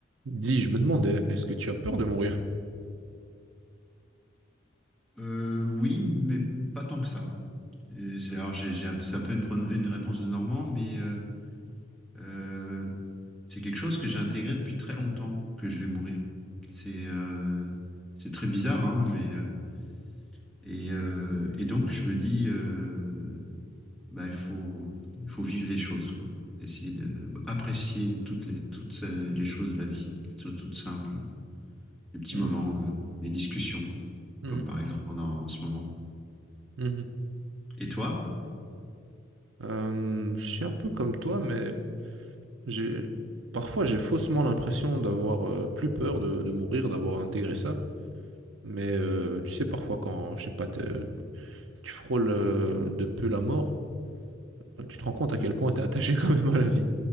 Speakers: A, on the right; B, in the centre.
A: Dis, je me demandais, est-ce que tu as peur de mourir?
B: Euh, oui, mais pas tant que ça. Et c'est- Alors, j'ai, j'ai, un- c'est un peu une, pro- une réponse de Normand, mais euh, euh, c'est quelque chose que j'ai intégré depuis très longtemps, que je vais mourir. C'est euh, c'est très bizarre, hein, mais euh, et, euh, et donc je me dis, euh, bah, il faut, il faut vivre les choses, quoi. Essayer d'apprécier toutes les, toutes euh, les choses de la vie, choses toutes simples, les petits
A: Mhm,
B: moments, euh, les discussions,
A: mhm,
B: comme par exemple on a en ce moment.
A: mhm.
B: Et toi?
A: Euh, je suis un peu comme toi, mais j'ai parfois j'ai faussement l'impression d'avoir euh, plus peur de, de mourir, d'avoir intégré ça. Mais euh, tu sais, parfois quand, je sais pas, te- tu frôles euh, de peu la mort, euh, tu te rends compte à quel point tu es attaché <laughs> quand même à la vie.